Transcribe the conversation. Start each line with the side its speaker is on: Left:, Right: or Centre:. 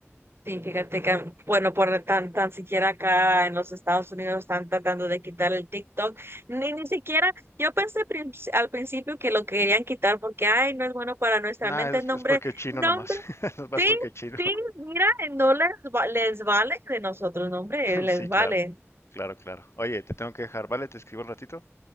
Right: Sí, fíjate que, bueno, por tan, tan siquiera acá en los Estados Unidos están tratando de quitar el TikTok. Ni, ni siquiera, yo pensé prin- al principio que lo querían quitar porque, ay, no es bueno para nuestra
Left: Nah,
Right: mente.
Left: es,
Right: Nombre,
Left: es porque es chino
Right: nombre,
Left: nomás. <laughs> Nomás
Right: sí,
Left: porque es chino.
Right: sí, mira, no les, va- les vale de nosotros, nombre,
Left: <laughs>
Right: les
Left: Sí, claro.
Right: vale.
Left: Claro, claro. Oye, te tengo que dejar, ¿vale? Te escribo un ratito.